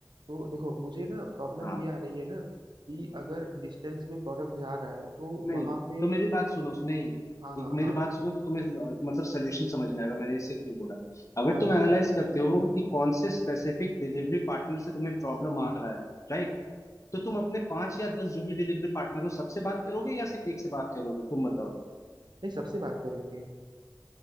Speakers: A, on the right (about 75°); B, on the left (about 45°).
A: तो देखो मुझे ना प्रॉब्लम
B: क्या
A: ये आ रही है ना कि अगर डिस्टेंस में प्रोडक्ट जा रहा है तो
B: नहीं
A: वहां पे
B: तो मेरी बात सुनो नहीं
A: हाँ हाँ
B: एक मेरी
A: हाँ
B: बात सुनो तो तुम्हें ल- मतलब सोल्यूशन समझ में आएगा मैंने इसे क्यों बोला अगर
A: हाँ
B: तुम
A: हाँ
B: एनालाइज करते हो कि कौन से स्पेसिफिक डिलीवरी पार्टनर से तुम्हें प्रॉब्लम आ रहा है राइट तो तुम अपने पांच या दस जो भी डिलीवरी पार्टनर हो सबसे बात करोगे या सिर्फ एक से बात करोगे तुम बताओ
A: नहीं सबसे बात करेंगे